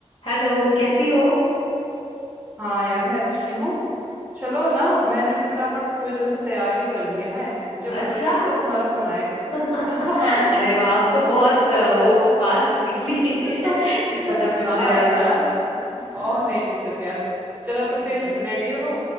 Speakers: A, on the left; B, on the right.
A: हेलो कैसी हो
B: हाँ यार मैं अच्छी हूँ चलो ना मैंने तो फटाफट क्विज जैसे तैयार भी कर लिया है मुझे
A: अच्छा
B: पता था तुम्हारा फोन आएगा
A: <laughs>
B: <laughs>
A: अरे वाह आप तो बहुत
B: मुझे पता
A: अ, वो फास्ट निकली <laughs> कि
B: था <laughs>
A: फटाफट
B: हाँ
A: तैयार
B: यार
A: भी हो गया
B: और
A: <laughs>
B: नहीं तो क्या चलो तो
A: ठीक
B: फिर
A: है
B: रेडी हो